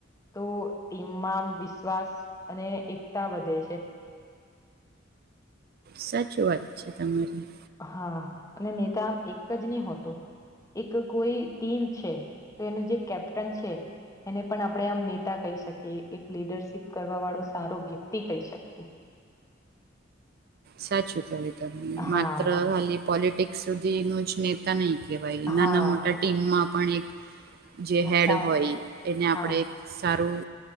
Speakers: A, on the left (about 15°); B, on the right (about 50°).
A: તો ટીમમાં આમ વિશ્વાસ અને એકતા વધે છે.
B: સાચી વાત છે. તમારી.
A: હા અને નેતામ એક જ ની હોતો એક કોઈ ટીમ છે. તો એનું જે કેપ્ટન છે. એને પણ આપણે આમ નેતા કહી શકીએ એક લીડરશીપ કરવા વાળો સારો વ્યક્તિ કહી શકીએ. <inaudible>
B: સાચું કર્યું તમે
A: હા
B: માત્ર ખાલી પોલિટિક્સ સુધી નું જ નેતા નહીં કેવાય
A: હા
B: નાના મોટા ટીમમાં પણ એક જે હેડ
A: સા
B: હોય એને
A: હા
B: આપડે સારું